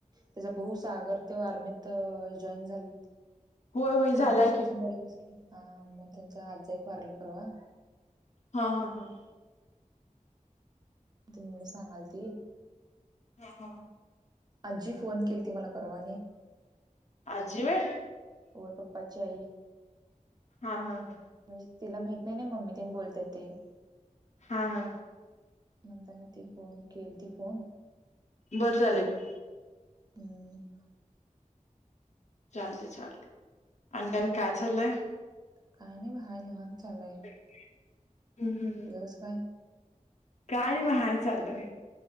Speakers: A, on the right; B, on the left.
A: त्याचा भाऊ सागर ते आर्मीत जॉईन झाल.
B: होय होय
A: आर्मी
B: झालाय
A: सिलेक्शन
B: की
A: झाले ग की मग त्यांच आजज एक वारलं परवा.
B: हा हा हा.
A: त मी सांगाल ती.
B: हा हा.
A: आजी फोन केली ती मला परवाने.
B: आजी म.
A: होर पपपाच आई.
B: हा हा हा.
A: म्हणजे तिला माहित नाही ना मम्मी तिने बोलतात ते.
B: हा हा.
A: म्हणताना ती ब केली ती फोन
B: बरं झालं
A: मग
B: ग.
A: हम्म.
B: चालत चालत आणि त्याम काय चाललंय.
A: काही नाही बाहेर निह चालय.
B: हम्म हम्
A: कसं काय
B: काय नाही महाय चालूय.